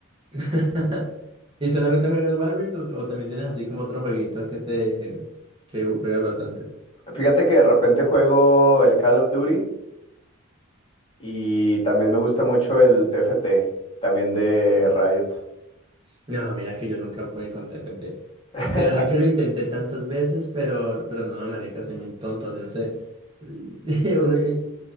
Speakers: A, on the right (about 25°); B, on the left (about 25°).
A: <laughs> ¿Y solamente juegas Wild Rift o, o también tienes así como otro jueguito que te que ju- juegas bastante?
B: Fíjate que de repente juego el Call of Duty y también me gusta mucho el TFT, también de Riot.
A: No, mira que yo nunca pude con TFT.
B: <laughs>
A: De verdad que lo intenté tantas veces, pero, pero no, marica, soy muy tonto, yo no sé. <laughs> Uno, eh,